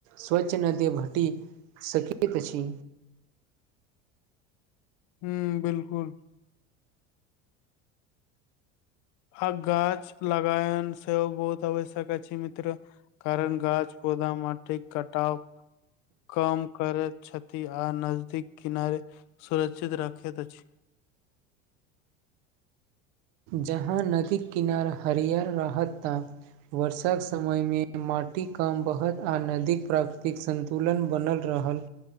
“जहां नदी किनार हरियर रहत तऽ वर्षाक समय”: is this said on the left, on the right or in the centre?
Right